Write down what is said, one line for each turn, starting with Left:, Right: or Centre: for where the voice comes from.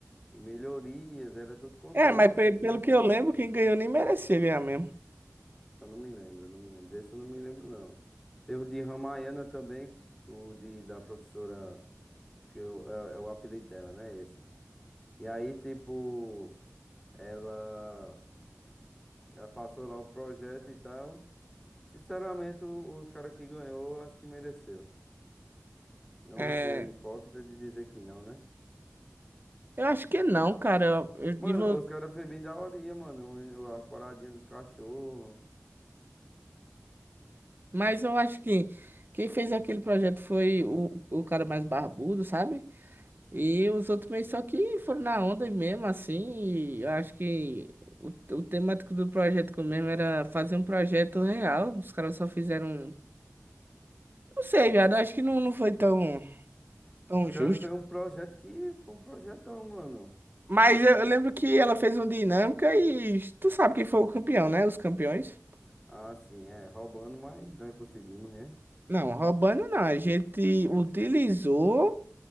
Centre: E melhorias, era tudo contado
Right: É, mas
Centre: assim,
Right: pe- pelo
Centre: né?
Right: que eu lembro, quem ganhou nem merecia ganhar mesmo.
Centre: Eu não me lembro, eu não me lembro. Desse eu não me lembro, não. Teve o de Ramayana também, que- o de, da professora, que eu- é, é o apelido dela, né? Esse. E aí, tipo, ela, ela passou lá o projeto e tal. Sinceramente, o- os caras que ganhou, eu acho que mereceu. Não
Right: É,
Centre: vou ser hipócrita de dizer que não, né?
Right: eu acho que não, cara. Eu, eu
Centre: Mano,
Right: digo-
Centre: os caras fez bem daorinha, mano. As paradinhas dos cachorros.
Right: mas eu acho que quem fez aquele projeto foi o, o cara mais barbudo, sabe? E os outros meio só que foram na onda mesmo, assim. E eu acho que o, o temático do projeto que eu mesmo era fazer um projeto real. Os caras só fizeram. Não sei, viado. Eu Acho que não, não foi tão. Tão
Centre: Os caras
Right: justo.
Centre: fez um projeto que foi um projetão, mano.
Right: Mas eu eu lembro que ela fez um dinâmica e tu sabe quem foi o campeão, né? Os campeões.
Centre: Ah, sim, é, roubando, mas nós conseguimos, né?
Right: Não, roubando não. A gente utilizou